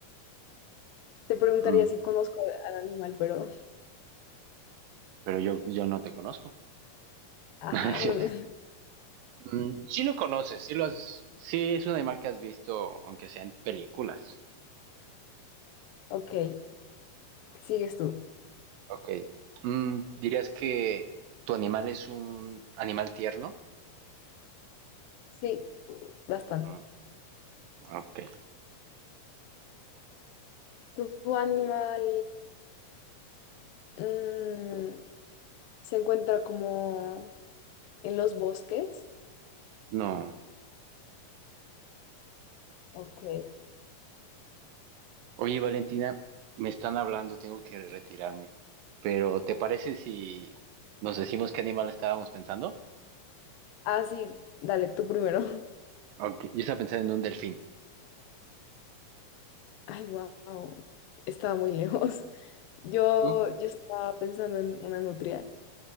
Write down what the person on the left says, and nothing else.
Te preguntaría
si conozco al animal, pero...
Ajá,
no me... <laughs>
Ok, sigues tú.
Sí, bastante.
¿Tu, tu animal mm, se encuentra como en los bosques?
Ok.
Ah, sí, dale, tú primero. <laughs>
Ay, wow. Estaba muy lejos. Yo,
yo estaba pensando en una nutria.